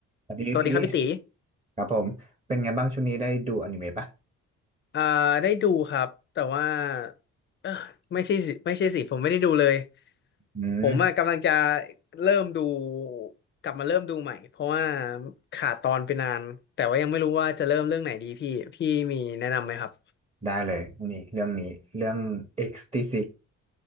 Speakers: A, on the right; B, on the left.
A: สวัสดีพี่
B: สวัสดีครับพี่ตี
A: ครับผมเป็นไงบ้างช่วงนี้ได้ดูอนิเมะปะ
B: เอ่อได้ดูครับแต่ว่าเออไม่ใช่สิไม่ใช่สิผมไม่ได้ดูเลย
A: อืม
B: ผมอะกำลังจะเริ่มดูกลับมาเริ่มดูใหม่เพราะว่าขาดตอนไปนานแต่ว่ายังไม่รู้ว่าจะเริ่มเรื่องไหนดีพี่พี่มีแนะนำไหมครับ
A: ได้เลยนี่เรื่องนี้เรื่อง X-T6